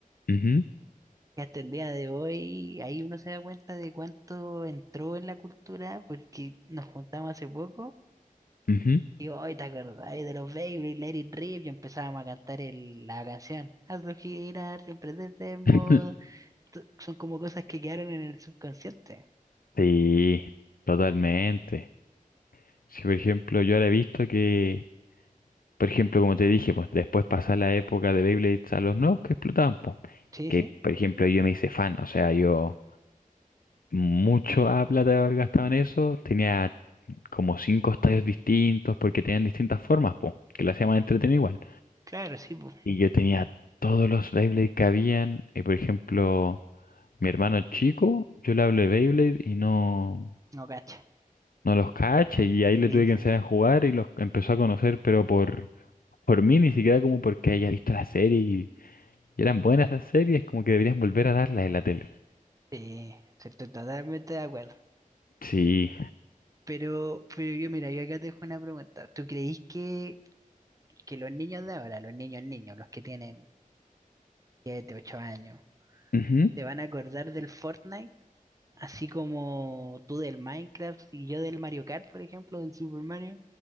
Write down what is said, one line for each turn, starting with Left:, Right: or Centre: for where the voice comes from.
Left: Ujú,
Right: que hasta el día de hoy ahí uno se da cuenta de cuánto entró en la cultura porque nos juntamos hace poco
Left: ujú.
Right: y hoy te acordás de los Baby, Let It Rip y empezábamos a cantar el- la canción. Hazlo girar, siempre de ese modo.
Left: <laughs>
Right: T- Son como cosas que quedaron en el subconsciente.
Left: Sí, totalmente. Si por ejemplo yo ahora he visto que Por ejemplo, como te dije, pues después pasa la época de Beyblades a los nuevos que explotaban, pues.
Right: Sí,
Left: Que,
Right: sí,
Left: por ejemplo, yo me hice fan, o sea, yo mucho a plata de haber gastado en eso, tenía como cinco estadios distintos porque tenían distintas formas, pues, que las hacían más entretenido igual.
Right: claro, sí, pues,
Left: Y yo tenía todos los Beyblade que habían, y por ejemplo, mi hermano chico, yo le hablo de Beyblade y no,
Right: no cacho.
Left: no los cacha, y ahí le
Right: Sí,
Left: tuve
Right: pues,
Left: que enseñar a jugar y los empezó a conocer, pero por, por mí, ni siquiera como porque haya visto la serie Y eran buenas esas series, como que deberían volver a darlas en la tele.
Right: sí, sí, estoy totalmente de acuerdo.
Left: Sí.
Right: Pero, pero yo, mira, yo acá te dejo una pregunta. ¿Tú creís que, que los niños de ahora, los niños niños, los que tienen 7 8 años,
Left: Ujú.
Right: te van a acordar del Fortnite, así como tú del Minecraft y yo del Mario Kart, por ejemplo, del Super Mario.